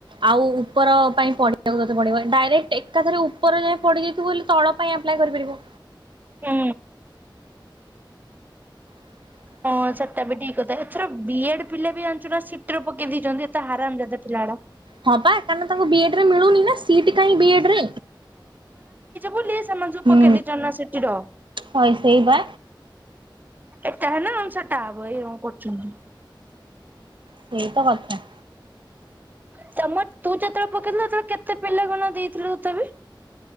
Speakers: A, on the right (about 70°); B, on the right (about 20°).
A: ଆଉ ଉପର ପାଇଁ ପଡିିବାକୁ ତ ଡାଇରେକ୍ଟ ଏକାଥରେ ଉପର ଯାଏଁ ପଢି଼ଦେଇଥିବୁ ତଳ ପାଇଁ ଆପ୍ଲାଏ କରିପାରିବୁ।
B: ହୁଁ।
A: <inaudible>
B: ହଁ ସେଟା ବି ଠିକ୍ କଥା ଏଥର ବି, ଏଡ଼ ପିଲା ବି ଜଣିଛୁ ନା ସିଟିରେ ପକେଇ ଦେଇଛନ୍ତି ଏତେ ହାରାମ ଯାଦା ପିଲାଉଡା।
A: ହଁ ପା କାରଣ ତାଙ୍କୁ ବି, ଏଡ଼ ରେ ମିଳୁନି ନା ସିଟ୍ କାଇଁ ବି, ଏଡ଼ ରେ।
B: ବୁଲି ସେମାନେ ସବୁ
A: ହୁଁ
B: ପକେଇ ଦେଇେଇଛନ୍ତି ନା ସିଟିର।
A: ହଇ ସେଇ ବା
B: ଏଟା ହେଲେ ନହେଲେ ସେଟା ହବ ଏ କରୁଛନ୍ତି।
A: ସେଇ ତ କଥା।
B: ତମର ତୁ ଯେତେବେଳେ ପକେଇଥିଲୁ ସେତେବେଳେ କେତେ ପିଲା କଣ ଦେଇଥିଲୁ ତଥାପି?